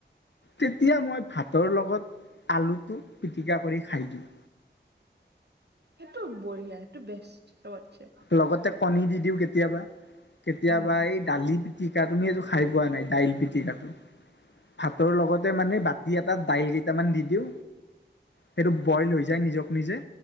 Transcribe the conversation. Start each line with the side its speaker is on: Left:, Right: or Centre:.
Left: তেতিয়া মই ভাতৰ লগত আলুটো পিটিকা কৰি খাই দিওঁ।
Right: সেইটো বঢ়িয়া, সেইটো বেষ্ট চবতছে।
Left: লগতে কণী দি দিওঁ কেতিয়াবা, কেতিয়াবা
Right: উম
Left: এই দালি পিটিকা, তুমি এইটো খাই পোৱা নাই দাইল পিটিকাটো। ভাতৰ লগত মানে বাতি এটাত দাইল কেইটামান দি দিও সেইটো বইল হৈ যায় নিজক নিজে।